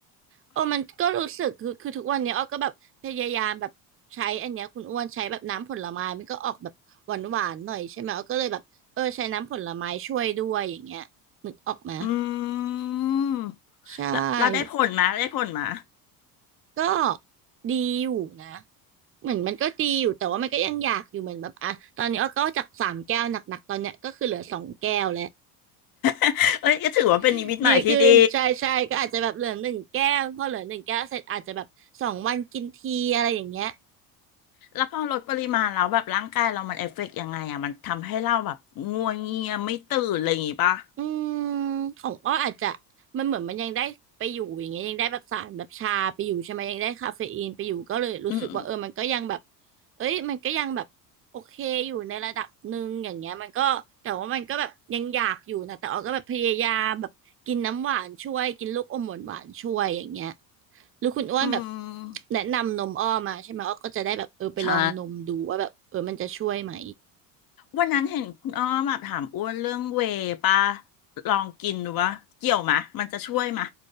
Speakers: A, on the right (about 30°); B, on the left (about 45°).
A: โอ้มันก็รู้สึกคือคือทุกวันเนี้ยอ้อก็แบบพยายามแบบใช้อันเนี้ยคุณอ้วนใช้แบบน้ำผลไม้มันก็ออกแบบหวานหวานหน่อยใช่ไหมอ้อก็เลยแบบเออใช้น้ำผลไม้ช่วยด้วยอย่างเงี้ยนึกออกไหม
B: อืม
A: ใช่
B: แล้วเราได้ผลมาได้ผลมา
A: ก็ดีอยู่นะเหมือนมันก็ดีอยู่แต่ว่ามันก็ยังอยากอยู่เหมือนแบบอ่ะตอนนี้อ้อก็จากสามแก้วหนักๆตอนเนี้ยก็คือเหลือสองแก้วแล้ว
B: <laughs> เอ้ยก็ถือว่าเป็นนิมิตใหม่ที่ดี
A: <laughs> ดีขึ้นใช่ใช่ก็อาจจะแบบเหลือหนึ่งแก้วพอเหลือหนึ่งแก้วเสร็จอาจจะแบบสองวันกินทีอะไรอย่างเงี้ย
B: แล้วพอลดปริมาณแล้วแบบร่างกายเรามันเอฟเฟกต์ยังไงอ่ะมันทำให้เราแบบงัวเงียไม่ตื่นอะไรอย่างงี้ป่ะ
A: อืมของอ้ออาจจะมันเหมือนมันยังได้ไปอยู่อย่างเงี้ยยังได้แบบสารแบบชาไปอยู่ใช่ไหมยังได้คาเฟอีนไปอยู่ก็เลยรู้สึกว่าเออมันก็ยังแบบ
B: อืม
A: เอ้ยมันก็ยังแบบโอเคอยู่ในระดับหนึ่งอย่างเงี้ยมันก็แต่ว่ามันก็แบบยังอยากอยู่นะแต่อ้อก็แบบพยายามแบบกินน้ำหวานช่วยกินลูกอมหวานหวานช่วยอย่างเงี้ยหรือคุณอ้วนแบบ
B: อืม
A: แนะนำนมอ้อมาใช่ไหมอ้อก็จะได้แบบเออไปลองนมดูว่าแบบเออมันจะช่วยไหม
B: ใช่วันนั้นเห็นคุณอ้อมแบบถามอ้วนเรื่องเวย์ป่ะลองกินดูวะเกี่ยวมะมันจะช่วยมะ